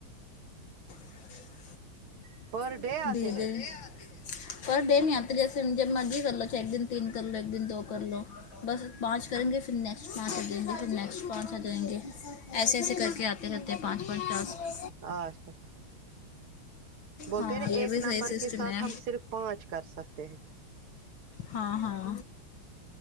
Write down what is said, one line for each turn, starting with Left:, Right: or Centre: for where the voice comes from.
Left: <unintelligible>
Right: <unintelligible>
Left: <unintelligible>
Right: ہیں
Left: پر ڈے نہیں آتے جیسے جب مرضی کر لو چاہے ایک دن تین کر لو ایک دن دو کر لو بس پانچ کریں گے پھر نہ کنسٹ پانچ ہو جاییں گے پھر نیکسٹ پانچ ہوجاینگے ایسے ایسے کر کے آتے رہتے ہیں پانچ پانچ ٹاسک
Right: <unintelligible> بولتے
Left: ہاں
Right: ہیں نا
Left: یہ
Right: ایک
Left: بھی صحیح
Right: نمبر
Left: سسٹم
Right: کے ساتھ
Left: ہے
Right: ہم صرف پانچ کر سکتے ہیں
Left: ہاں ہاں